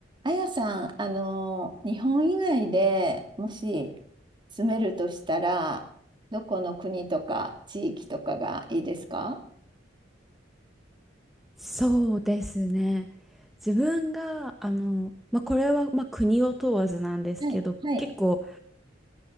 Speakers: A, on the right (about 25°); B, in the centre.
A: あやさん、あの、日本以外でもし住めるとしたら、どこの国とか地域とかがいいですか
B: そうですね。自分が、あの、まあ、これは、まあ、国を問わずなんですけど、
A: はい、はい。
B: 結構、